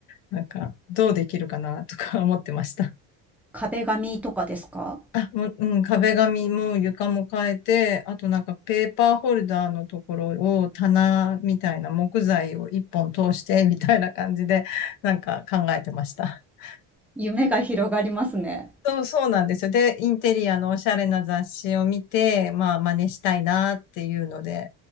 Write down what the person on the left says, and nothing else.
なんかどうできるかなとか思ってました。
あ、もう、うん、壁紙も床も変えて、あとなんかペーパーホルダーのところを棚みたいな木材を一本通してみたいな感じでなんか考えてました。<laughs>
そう、そうなんですよ。で、インテリアのおしゃれな雑誌を見て、まあ真似したいなっていうので、